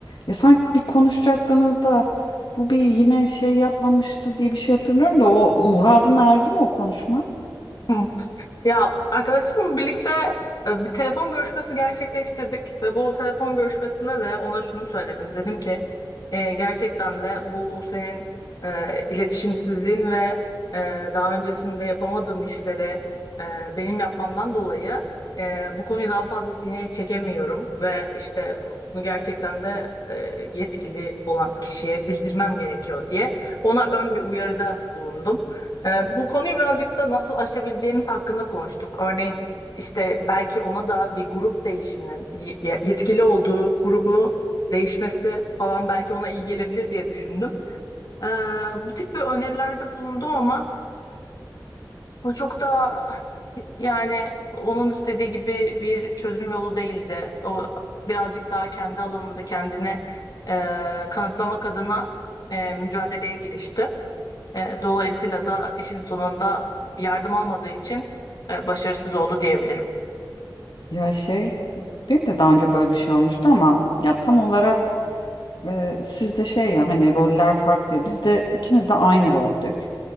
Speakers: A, on the left (about 70°); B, on the left (about 55°).
A: Ya sanki bir konuşacaktınız da bu bir yine şey yapmamıştı diye bir şey hatırlıyorum da o muradına erdi mi o konuşma?
B: Hı. Ya arkadaşımla birlikte e, bir telefon görüşmesi gerçekleştirdik ve bu telefon görüşmesinde de ona şunu söyledim. Dedim ki "E, gerçekten de bu senin e, iletişimsizliğin ve e, daha öncesinde yapamadığın işleri e, benim yapmamdan dolayı e, bu konuyu daha fazla sineye çekemiyorum ve işte bunu gerçekten de e, yetkili olan kişiye bildirmem gerekiyor diye ona ön bir uyarıda bulundum. Ee, bu konuyu birazcık da nasıl aşabileceğimiz hakkında konuştuk. Örneğin işte belki ona da bir grup değişiminin ye- ye- yetkili olduğu grubu değişmesi falan belki ona iyi gelebilir diye düşündüm. Ee, bu tip bir önerilerde bulundum ama bu çok da yani onun istediği gibi bir çözüm yolu değildi. O birazcık daha kendi alanında kendini e, kanıtlamak adına e, mücadeleye girişti. E, dolayısıyla da işin sonunda yardım almadığı için e, başarısız oldu diyebilirim.
A: Ya şey, benim de daha önce böyle bir şey olmuştu ama ya tam olarak e, sizde şey ya hani roller farklı ya Biz de ikimiz de aynı roldük.